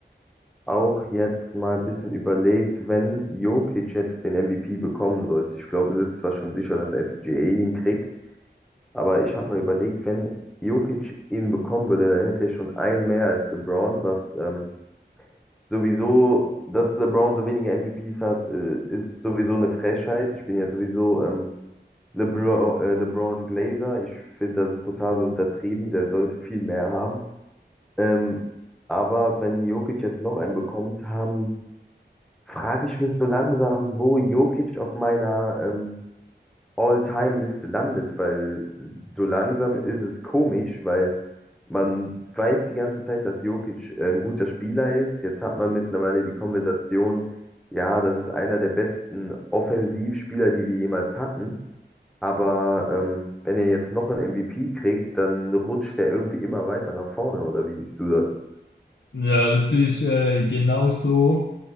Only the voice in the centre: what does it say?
auch jetzt mal ein bisschen überlegt, wenn Jokic jetzt den MVP bekommen sollte. Ich glaube, es ist zwar schon sicher, dass SGA ihn kriegt, aber ich habe mal überlegt, wenn Jokic ihn bekommen würde, dann hätte er schon einen mehr als LeBron, was ähm, sowieso, dass LeBron so wenige MVPs hat, äh, ist sowieso eine Frechheit. Ich bin ja sowieso ähm, LeBron, äh, LeBron Glazer. Ich finde, das ist total untertrieben. Der sollte viel mehr haben. Ähm, aber wenn Jokic jetzt noch einen bekommt, haben, frage ich mich so langsam, wo Jokic auf meiner ähm, All-Time-Liste landet, weil so langsam ist es komisch, weil man weiß die ganze Zeit, dass Jokic äh, ein guter Spieler ist. Jetzt hat man mittlerweile die Konversation, ja, das ist einer der besten Offensivspieler, die wir jemals hatten. Aber ähm, wenn er jetzt noch einen MVP kriegt, dann rutscht er irgendwie immer weiter nach vorne, oder wie siehst du das?